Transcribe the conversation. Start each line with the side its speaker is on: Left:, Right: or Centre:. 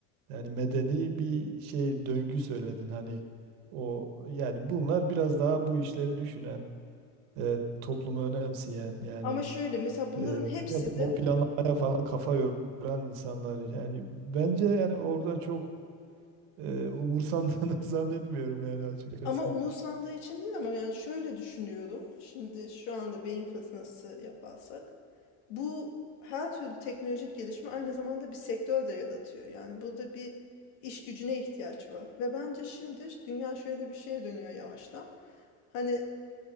Right: yani medeni bir şey döngü söyledin hani o yani bunlar biraz daha bu işleri düşünen e, toplumu önemseyen yani
Left: ama şöyle mesela bunların
Right: Ee, ne
Left: hepsi
Right: bileyim
Left: de
Right: o planlamaya falan kafa yoran insanlar yani bence yani orada çok e, umursandığını <laughs> zannetmiyorum yani açıkçası.
Left: Ama umursandığı için değil ama yani şöyle düşünüyorum. Şimdi şu anda beyin fırtınası yaparsak bu her türlü teknolojik gelişme aynı zamanda bir sektör de yaratıyor. Yani burada bir iş gücüne ihtiyaç var. Ve bence şimdi dünya şöyle bir şeye dönüyor yavaştan. Hani